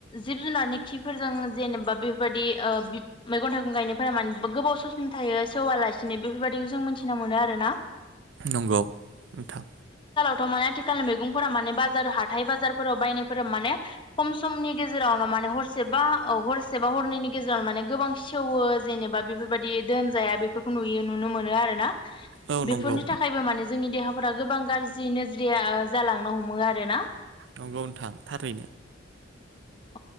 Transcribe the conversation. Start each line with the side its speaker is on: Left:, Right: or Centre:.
Left: जिब जुनारनि खिफोरजों जेनेबा बेफोरबायदि ओ बि मैगं थाइगं गायनायफोरा मान गोबाव समसिमथायो सेवालासिनो बेफोरबायाददिखौ जों मिथिना मोनो आरोना।
Right: नंगौ औ नोंथां
Left: थ' माने आथिखालनि मैगंफोरा माने बाजार हाथाय बाजारफोराव बायनायफोरा माने खम समनि गेजेरावनो माने हरसेबा अ हरसेबा हरनैनि गेजेरावनो मानो गोबां सेवो जेनेबा बेफोरबायदि दोनजाया बेफोरखौ नुयो। नुनो मोनो आरोना
Right: औ
Left: बेफोरनि
Right: नंगौ
Left: थाखायबो माने जोंनि देहा फोरा गोबां गाज्रि नोज्रिया जालांनो हमो आरो ना।
Right: नंगौ नोंथां थारै
Left: औ